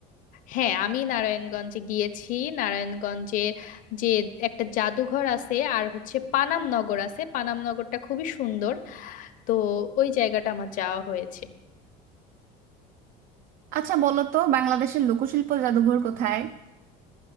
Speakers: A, on the left (about 50°); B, on the right (about 50°).
A: হ্যাঁ আমি নারায়ণগঞ্জে গিয়েছি নারায়ণগঞ্জে যে একটা জাদুঘর আছে আর হচ্ছে পানাম নগর আছে পানাম নগরটা খুবই সুন্দর তো ওই জায়গাটা আমার যাওয়া হয়েছে
B: আচ্ছা বলো তো বাংলাদেশের লোকশিল্প জাদুঘর কোথায়